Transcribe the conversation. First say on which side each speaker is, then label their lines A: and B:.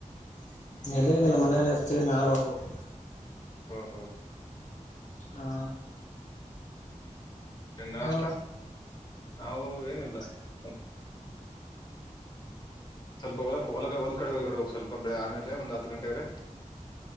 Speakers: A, on the left (about 65°); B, on the left (about 30°).
A: <unintelligible> ಮನೆಯಲ್ಲಿ ಇರ್ತೀವಿ ನಾಳೆ ಹೋಗ್ಬೇಕು.
B: ಓ ಹೋ.
A: ಹಾ
B: ಇನ್ನ್ ನಾಷ್ಟಾ
A: ನೀವು
B: ನಾವು ಏನಿಲ್ಲ <unintelligible> ಸ್ವಲ್ಪ ಹೊಲಕ್ ಹೊಲದ ಹೊಲಕ್ ಕಡೆ ಹೋಗ್ ಬರ್ಬೇಕ ಸ್ವಲ್ಪ ಬೆಳೆ ಆಮೇಲೆ ಒಂದ್ ಹತ್ತು ಗಂಟೆಗೆ.